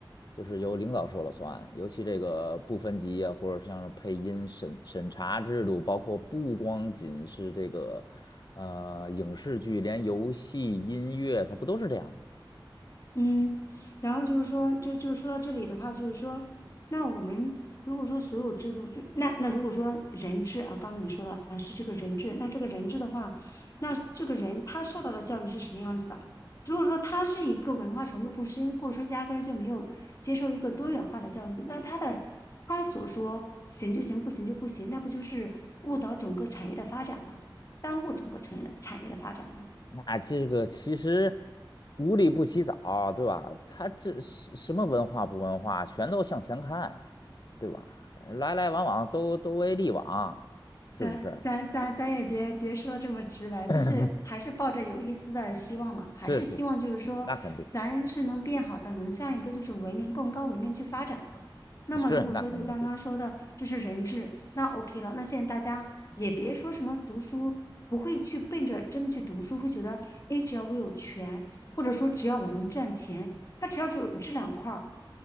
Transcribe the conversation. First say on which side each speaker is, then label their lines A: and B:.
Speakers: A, on the left (about 55°); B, on the left (about 40°).
A: 就是由领导说了算。尤其这个不分级啊，或者像是配音审审查制度，包括不光仅是这个呃影视剧，连游戏、音乐，它不都是这样？
B: 嗯，然后就是说，就就说到这里的话，就是说，那我们如果说所有制度就那那如果说人治啊，刚刚你说的啊是这个人治，那这个人治的话，那这个人他受到的教育是什么样子的？如果说他是一个文化程度不深，或者说压根儿就没有接受一个多元化的教育，那他的他所说行就行，不行就不行，那不就是误导整个产业的发展吗？耽误整个产业的产业的发展吗？
A: 那这个其实无利不起早，对吧？他这是什么文化不文化，全都向前看，对吧？来来往往都都为利往，是不是？
B: 咱咱咱咱也别别说这么直白，
A: <coughs>
B: 就是还是抱着有一丝的希望嘛，
A: <clears throat>
B: 还是希望就是说咱是能变好的，
A: 是是是，那肯定
B: 能向一个就是文明更高文明去发展的。那么如果说就刚刚说的这是人治，
A: 是，那肯定是，
B: 那 OK 了。那现在大家也别说什么读书，不会去奔着真的去读书，会觉得诶，只要我有权，或者说只要我能赚钱，他只要就有这两块儿，